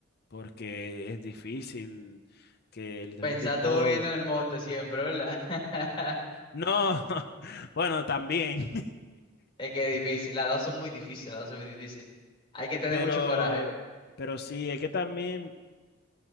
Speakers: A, on the left; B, on the left.
A: porque es difícil que literalmente
B: pensar
A: todo...
B: tú viviendo en el monte siempre, ¿verdad? <laughs>
A: No, <laughs> bueno, también.
B: Es que es difícil, las dos son muy difíciles, las dos son muy difíciles. Hay que tener
A: Pero,
B: mucho coraje.
A: pero sí, es que también